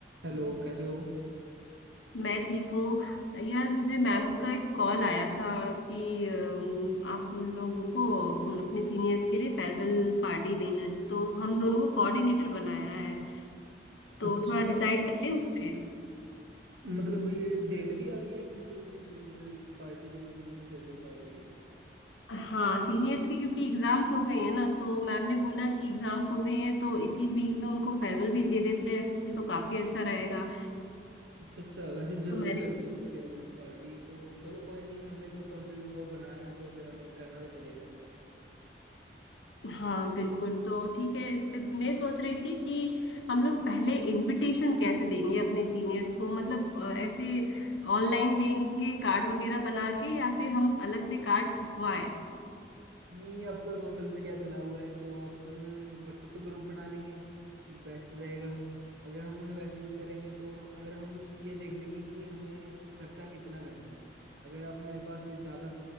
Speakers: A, on the right; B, on the left.
A: Hello कैसे हो
B: मैं ठीक हूँ यार मुझे मैम का एक कॉल आया था कि अम, आप लोगों को अम, अपने सीनियर्स के लिए फेयरवेल पार्टी देना है तो हम दोनों को कोऑर्डिनेटर बनाया है तो
A: अच्छा
B: थोड़ा डिसाइड कर लें उस पे
A: मतलब ये डेट भी आ गई है इतनी जल्दी मतलब पार्टी देने की मतलब फेयरवेल पार्टी की
B: हाँ सीनियर्स के क्योंकि एग्जाम्स हो गए हैं ना तो मैम ने बोला कि एग्जाम्स हो गए हैं तो इसी वीक में उनको फेयरवेल भी दे देते हैं तो काफी अच्छा रहेगा
A: अच्छा अच्छा वैसे जल्दी
B: तो मैंने
A: कर दी इनकी फेयरवेल पार्टी तो चलो कोई नहीं हमें तो कंट्रीब्यू वो बनाया है तो फिर हम करना तो पड़ेगा
B: हाँ बिल्कुल तो ठीक है इस पे मैं सोच रही थी कि हम लोग पहले इनविटेशन कैसे देंगे अपने सीनियर्स को मतलब अ, ऐसे ऑनलाइन देंगे कार्ड वगैरह बना के या फिर हम अलग से कार्ड छपवाएं
A: नहीं अब तो सोशल मीडिया चला हुआ है तो आप व्हाट्सएप पे ग्रुप बना लेंगे बेस्ट रहेगा अगर हम वैसे ही करेंगे तो अगर हम ये देख लेंगे कि हमें खर्चा कितना करना है अगर अपने पास ज़्यादा